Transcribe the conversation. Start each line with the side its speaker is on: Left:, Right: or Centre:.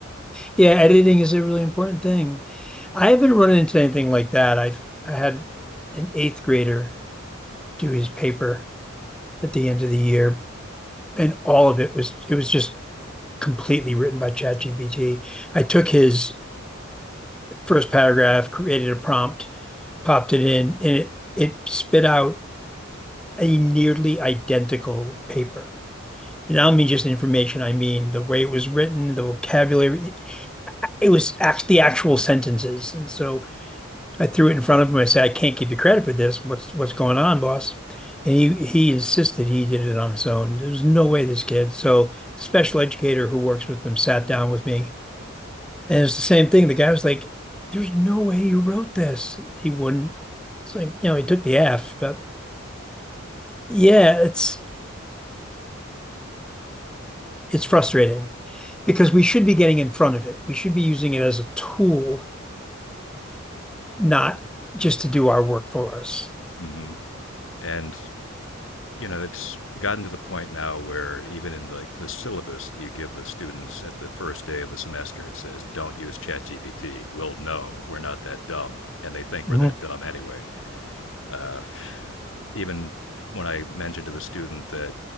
Centre: Yeah, editing is a really important thing. I haven't run into anything like that. I've I had an eighth grader do his paper at the end of the year, and all of it was it was just completely written by ChatGPT. I took his first paragraph, created a prompt, popped it in, and it it spit out a nearly identical paper. And I don't mean just information, I mean the way it was written, the vocabulary. It was act the actual sentences. And so I threw it in front of him. I said, I can't give you credit for this. What's what's going on, boss? And he he insisted he did it on his own. There's no way this kid. So the special educator who works with them sat down with me. And it's the same thing. The guy was like, There's no way you wrote this. He wouldn't. It's like, you know, he took the F, but yeah, it's it's frustrating because we should be getting in front of it. We should be using it as a tool, not just to do our work for us.
Left: hmm And you know, it's gotten to the point now where even in the the syllabus that you give the students at the first day of the semester, it says, "Don't use ChatGPT. We'll know we're not that dumb," and they think we're
Centre: Mhm.
Left: that dumb anyway. uh, even when I mentioned to the student that